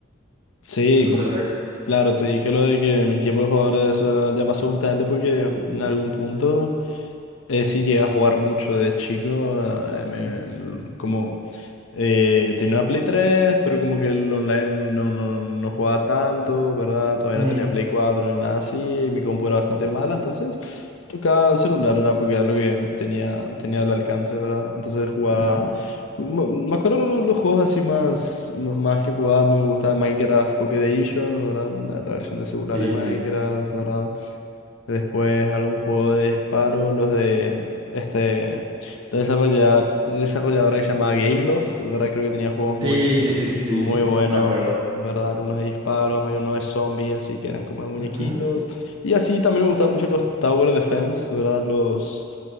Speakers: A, on the left; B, on the right.
A: Sí,
B: en tu
A: como,
B: celular.
A: claro, te dije lo de que mi tiempo de jugador de celular ya pasó justamente porque en
B: Ujú.
A: algún punto... Eh, sí, llegué a jugar mucho de chico. eh, me- l- como eh, tenía una Play 3, pero como que el online no, no, no jugaba tanto, ¿verdad? Todavía
B: Mm,
A: no tenía Play 4 ni nada así. Y mi compu era bastante mala, entonces tocaba celular, ¿verdad? Porque era lo que tenía, tenía al alcance, ¿verdad? Entonces jugaba.
B: ujú.
A: Me me acuerdo los, los juegos así más, más que jugaba, me gustaba Minecraft Pocket Edition, ¿verdad? La la versión de celular
B: Sí,
A: de Minecraft,
B: sí.
A: ¿verdad? Después algún juego de disparo, los de este de desarrolla- desarrolladora que se llama Gameloft, ¿verdad? Creo que tenía juegos muy
B: Sí, sí, sí, sí, sí,
A: muy buenos,
B: me acuerdo.
A: ¿verdad? Algunos de disparos, hay uno de zombies, así que eran como de muñequitos.
B: Ujú.
A: Y así también me gustaban mucho los Tower Defense, ¿verdad? Los...